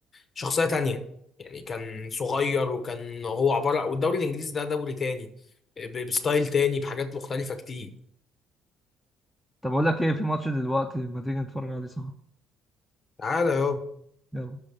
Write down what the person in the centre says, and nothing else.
طب اقول لك ايه في ماتش دلوقتي ما تيجي نتفرج عليه سوا
يلا